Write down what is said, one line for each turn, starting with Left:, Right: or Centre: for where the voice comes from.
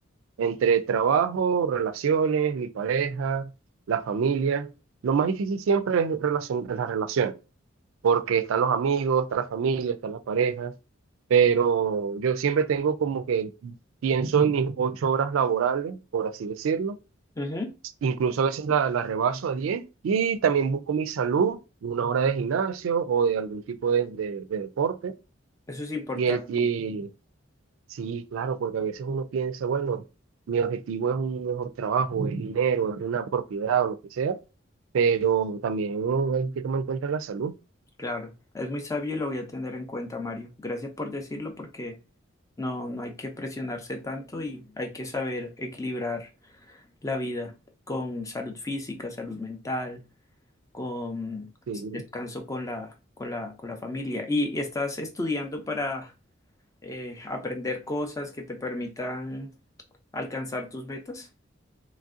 Right: Entre trabajo, relaciones, mi pareja, la familia. Lo más difícil siempre es relacion- es la relación, porque están los amigos, está la familia, están las parejas, pero yo siempre tengo como que pienso en mis ocho horas laborales, por así decirlo,
Left: Ujú,
Right: incluso a veces la, la rebaso a diez, y también busco mi salud, una hora de gimnasio o de algún tipo de de- de deporte
Left: Eso es importante,
Right: y el, y, sí, claro, porque a veces uno piensa, bueno, mi objetivo es un mejor trabajo, es dinero, es una propiedad o lo que sea, pero también uno hay que tomar en cuenta la salud.
Left: claro. Es muy sabio y lo voy a tener en cuenta, Mario. Gracias por decirlo porque no, no hay que presionarse tanto y hay que saber equilibrar la vida con salud física, salud mental con
Right: Sí,
Left: descanso con la, con la, con la familia. Y, y estás estudiando para eh, aprender cosas que te permitan alcanzar tus metas.